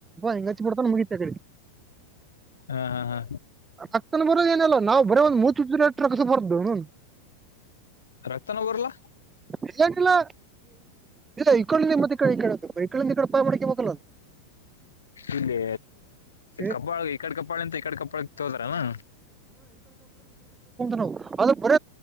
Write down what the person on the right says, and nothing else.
ಹೆಂಗಚ್ಚಡ್ತ ಮುಗ
ರಕ್ತನ ಏನಲ್ಲ ನಾವು ಬರ ಒಂದುಮೂತಿದು ಸ ಹೊರ್ದ ಹನು
ಇಲ್ಲಂಗಲ್ಲ ಇದುಕೊಂಡ ಮತ್ತೆ ಕ ಕಡ ಬೈಕೊಳ್ಳ ಕಡಪಾ ಮಾಡಕಿ ಮಕ್ಕಲ್ಲದು
ಏ,
ನ ಅದು ಬರ